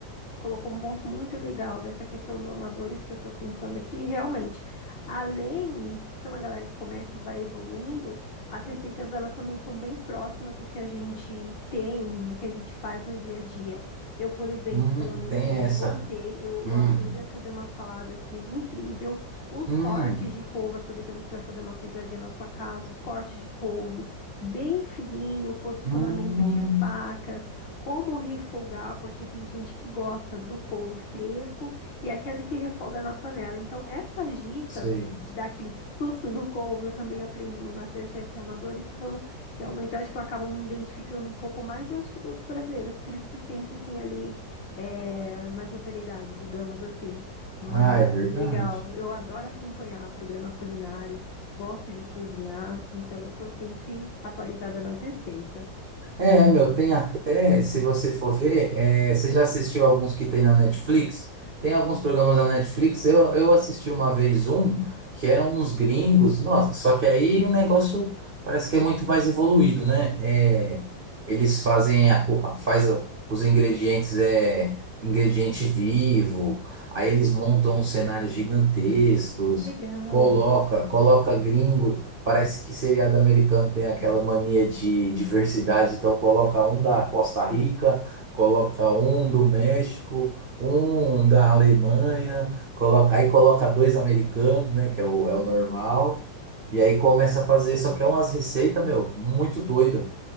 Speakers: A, on the left (about 75°); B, on the right (about 65°).
A: colocou um ponto muito legal dessa questão do amadores que eu estou pensando aqui. E, Realmente, além de ser uma galera que começa e vai evoluindo, as receitas elas também são bem próximas do que a gente tem, do que a gente faz no dia a dia. Eu, por exemplo,
B: Hum,
A: falando em
B: tem
A: feira,
B: essa.
A: eu voltei, eu,
B: Hum,
A: eu aprendi a fazer uma salada assim incrível. Os
B: hum,
A: cortes de couve, aproveitando que você vai fazer uma feijoadinha na sua casa, os cortes de couve bem fininho, posicionamento
B: hum, hum, hum.
A: de faca, como refogar, porque tem gente que gosta do couve fresco e aquele que refoga na panela. Então, essas dicas
B: sei.
A: de dar aquele susto no couve, eu também aprendo no MasterChef Amadores. Então, eu, realmente, eu acho que eu acabo me identificando um pouco mais. Eu acho que todos os brasileiros, por isso que sempre tem ali é, mais notoriedade, digamos assim. Mas
B: Ah, é verdade.
A: legal, eu adoro acompanhar programa culinário, gosto de cozinhar, então eu estou sempre atualizada nas receitas.
B: É, meu, tem até, se você for ver, é, você já assistiu alguns que tem na Netflix? Tem alguns programas da Netflix, eu, eu assisti uma vez um, que eram uns gringos, nossa, só que aí o negócio parece que é muito mais evoluído, né? É, eles fazem a, o- a- faz a- os ingredientes, é, ingrediente vivo, aí eles montam uns cenários gigantescos,
A: Legal.
B: coloca, coloca gringo Parece que seriado americano tem aquela mania de diversidade, então coloca um da Costa Rica, coloca um do México, um da Alemanha, coloca, aí coloca dois americanos, né, que é o, é o normal, e aí começa a fazer, só que é umas receitas, meu, muito doida.